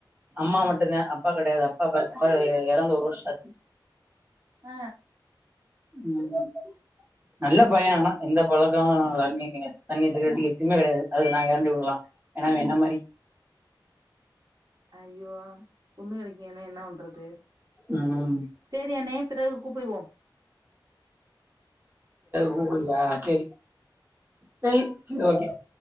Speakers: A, on the right; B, on the right.
A: அம்மா மட்டு்தா அப்பா கிடையாது அப்பா <unintelligible> இறந்து ஒரு வருஷ ஆச்
B: ஹ்
A: உம் நல்ல
B: ஐயையோ
A: பய ஆன எந்த பழ ஆஆ தண்ணி கிண்ணேஸ் தண்ணி சிகிரெட் எதுவுமே கிடையாது அதுக்கு நான் கேரண்டி விடலாம் ஏன்னா அவ என்ன மாதிரி
B: அய்யோ பொண்ணு அதைக் இன்னு என்ன பண்றது தெ
A: ம்
B: செரிஅண்ணே பிறகு கூப்பிடுவோம்
A: குகுள் சரி ச சரி ஓகே